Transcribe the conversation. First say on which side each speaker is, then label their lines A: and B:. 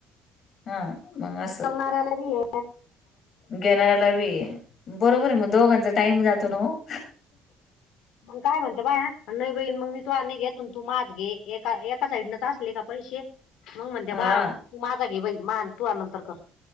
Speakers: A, on the left; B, on the left.
A: हा मग असं
B: उचालणाऱ्याला बी हे
A: घेणाऱ्याला बी बरोबर आहे मग दोघांचा टाइम जातो ना वो? <inaudible>
B: मग काय म्हणतो बाया नाही बई मग मी तू नाही घेत त तू माज घे एका एका साईड नच असले का पैसे. मग म्हणते्या
A: हा
B: म तू माझा घे बाई मा तू आ नंतर कर.